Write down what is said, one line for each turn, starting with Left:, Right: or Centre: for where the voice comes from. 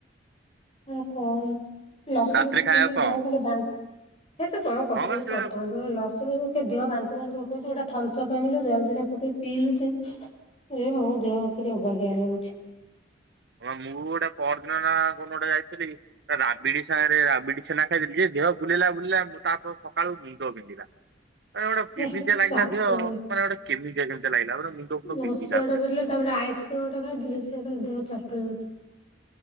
Left: ହଉ କଣ ଲସି
Right: ରାତିରେ
Left: ଫସି
Right: ଖାଇବାକୁ
Left: ପିଇଛି
Right: କଣ
Left: ଦେହ
Right: ହବ
Left: ଖାଲି ବା ହେ ସେ କଣ? କରୁଛନ୍ତି
Right: ହଁ ବା ସେଗୁରା
Left: କରୁଥାନ୍ତୁ ହେ ଲସି ଫ ଦେହ ବାନ୍ତି ଫାନ୍ତି ଉଠଉଛି ଗୋଟା ଥିମ୍ପସପ ଆଣିଲୁ ଜଲଜି ରା ପକେଇ ପିଇଲୁ ଯେ ଏ ମୋ ଦେହକିରି ଅବାଗିଆ ଲାଗୁଛି।
Right: ହ ମୁଁ ଗୋଟେ ପରଦିନ ନା କୋଉ ଦିନଗୋଟେ ଯାଇଥିଲି ତା ରାବିଡି ସାଙ୍ଗରେ ରାବିଡି ଛେନା ଖାଇଦେଲି ଯେ ଦେହ ବୁଲେଇଲା ବୁଲେଇଲା ତାପର ସକାଳୁ ମୁଣ୍ଡ ବିନ୍ଧିଲା। ଆରେ ଗୋଟେ
Left: ହେ
Right: କେମିତିଆ ଲାଗିଲା
Left: ଚାଟୁ
Right: ଦେହ ମାନେ ଗୋଟେ କେମିତିଆ କେମିତିଆ ଲାଗିଲା। <unintelligible>
Left: ଲସି
Right: ବିନ୍ଧିଲା
Left: ଗୋଟେ
Right: ପୁରା।
Left: ପିଇଥିଲି ତାପରେ ଆଇସ୍କ୍ରିମ ଗୋଟା ଖାଇଦେଲି ସେ ଦେହ <unintelligible>